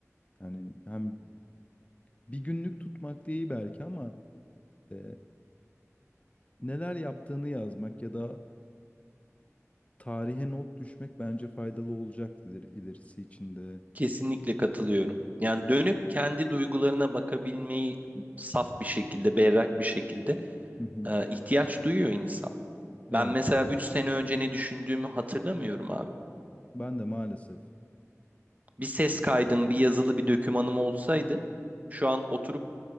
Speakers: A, on the left (about 25°); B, on the right (about 30°).
A: Yani hem bir günlük tutmak değil belki ama e, neler yaptığını yazmak ya da tarihe not düşmek bence faydalı olacaktır ilerisi için de.
B: Kesinlikle katılıyorum. Yani dönüp kendi duygularına bakabilmeyi saf bir şekilde, berrak bir şekilde
A: Hı hı.
B: e, ihtiyaç duyuyor insan.
A: Evet,
B: Ben mesela 3 sene önce ne düşündüğümü hatırlamıyorum abi.
A: ben de maalesef.
B: Bir ses kaydım, bir yazılı bir dokümanım olsaydı şu an oturup